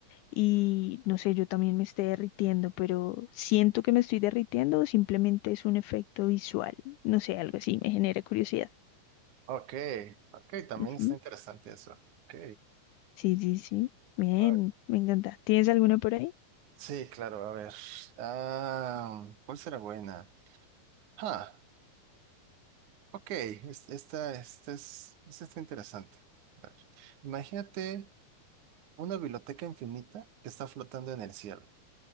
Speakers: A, on the left; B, on the right.
A: y no sé, yo también me esté derritiendo, pero siento que me estoy derritiendo o simplemente es un efecto visual, no sé, algo así, me genera curiosidad.
B: Ok, ok, también
A: Ujú.
B: está interesante eso. Ok.
A: Sí, sí, sí. Bien,
B: A ver,
A: me encanta. ¿Tienes alguna por ahí?
B: sí, claro, a ver. Ah, ¿cuál será buena? Ah, ok, es- esta, esta es, esta está interesante. Imagínate una biblioteca infinita que está flotando en el cielo